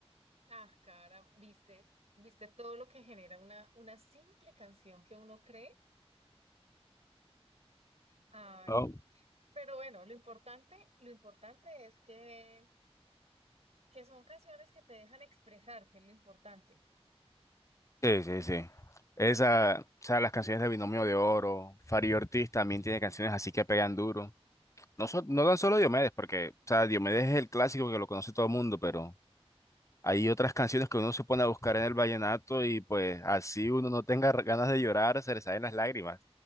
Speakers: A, on the right; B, on the left.
A: Ah, cara, viste, viste todo lo que genera una, una simple canción que uno cree. Ay,
B: Oh.
A: pero bueno, lo importante, lo importante es que que son canciones que te dejan expresar, que es lo importante.
B: Sí, sí, sí. Esa, o sea, las canciones de Binomio de Oro, Fari Ortiz también tiene canciones así que pegan duro. No, so- no tan solo Diomedes, porque, o sea, Diomedes es el clásico que lo conoce todo el mundo, pero Hay otras canciones que uno se pone a buscar en el vallenato y pues así uno no tenga ganas de llorar, se le salen las lágrimas.